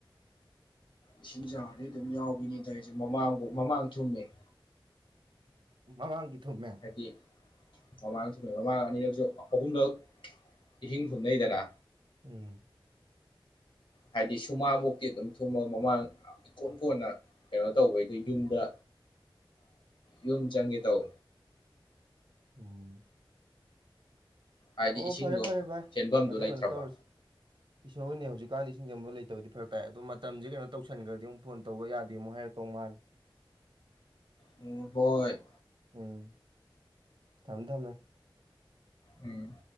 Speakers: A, on the left (about 65°); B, on the right (about 65°).
A: ꯏꯁꯤꯡ ꯆꯥꯎꯔꯗꯤ ꯑꯗꯨꯝ ꯌꯥꯎꯕꯅꯤ ꯇꯧꯖꯦ ꯃꯃꯥꯡ ꯃꯃꯥꯡ ꯊꯨꯝꯃꯦ
B: ꯃꯃꯥꯡꯒꯤ ꯊꯨꯝꯃꯦ
A: ꯍꯥꯏꯗꯤ ꯃꯃꯥꯡꯁꯨꯨꯝ ꯃꯃꯥꯡ ꯑꯅꯤꯂꯛꯁꯨ ꯑꯍꯨꯝꯂꯛ ꯏꯁꯤꯡ ꯊꯨꯝꯅꯩꯗꯅ
B: ꯎꯝ
A: ꯍꯥꯏꯗꯤ ꯁꯨꯃꯥꯡ ꯃꯨꯛꯇꯤ ꯑꯗꯨꯝ ꯊꯨꯝꯃ ꯃꯃꯥꯡ ꯏꯀꯣꯟ ꯀꯣꯟꯅ ꯀꯩꯅꯣ ꯇꯧꯕꯩꯗ ꯌꯨꯝꯗ ꯌꯨꯝ ꯆꯪꯒꯦ ꯇꯧ
B: ꯎꯝ
A: ꯍꯥꯏꯗꯤ
B: ꯑꯣ
A: ꯏꯁꯤꯡꯗꯣ
B: ꯐꯔꯦ ꯐꯔꯦ ꯚꯥꯏ
A: ꯆꯦꯟꯕꯝꯗꫭ
B: ꯑꯗꯨ
A: ꯂꯩꯇ꯭ꯔꯕ
B: ꯀꯩꯅꯣ ꯇꯧꯔꯁꯤ ꯏꯁꯣꯔꯅꯦ ꯍꯧꯖꯤꯛꯀꯥꯟꯗꯤ ꯏꯁꯤꯡꯖꯪꯕ ꯂꯩꯇꯕꯗꯤ ꯐꯔꯛ ꯇꯥꯏ ꯑꯗꯣ ꯃꯇꯝꯁꯦ ꯀꯩꯅꯣ ꯇꯧꯁꯤꯟꯈ꯭ꯔꯗꯤ ꯑꯃꯨꯛ ꯐꯣꯟ ꯇꯧꯕ ꯌꯥꯗꯦ ꯑꯃꯨꯛ ꯍꯥꯏꯔꯛꯇꯧ ꯃꯥꯂꯜꯂꯤ
A: ꯎꯝ ꯍꯣꯏ
B: ꯎꯝ ꯊꯝ ꯊꯝꯃꯦ
A: ꯎꯝ